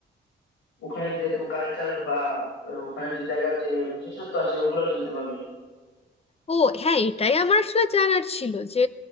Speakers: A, on the left; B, on the left.
A: ওখানে যে তুমি কালচার বা আহ, ওখানে যে জায়গার যে বিশেষত্ব আছে ওগুলো জানতে পারবে
B: ও হ্যাঁ এটাই আমার আসলে জানার ছিল যে